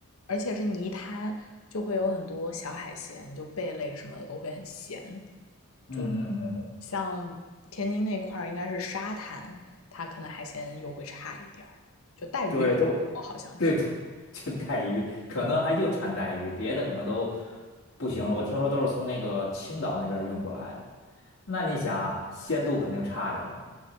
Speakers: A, on the left; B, on the left.
A: 而且是泥滩，就会有很多小海鲜，就贝类什么的都会很咸。
B: 嗯嗯嗯
A: 就像天津那块儿，应该是沙滩，它可能海鲜又会差一点儿。就带鱼，
B: 对，都
A: 我好像是，
B: 对，<laughs> 就带鱼，可能还就产带鱼，
A: 嗯，
B: 别的可能都不行了。我听说都是从那个青岛那边运过来的，那你想鲜度肯定差着嘛，